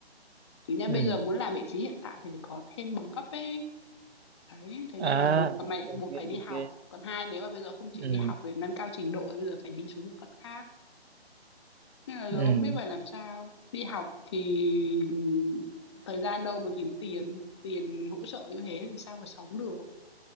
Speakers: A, on the left (about 25°); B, on the right (about 75°).
A: chứ nha
B: ừ
A: bây giờ muốn làm vị trí hiện tại thì phải có thêm bằng cấp ấy đấy thế nên
B: à
A: là một là mày một
B: ok
A: phải đi học
B: ok
A: còn hai nếu mà bây giờ không chịu
B: ừ
A: đi học để nâng cao trình độ thì bây giờ phải đi xuống bộ phận khác nên là giờ
B: ừ.
A: không biết phải làm sao đi học thì ừ, thời gian đâu mà kiếm tiền tiền hỗ trợ như thế thì sao mà sống được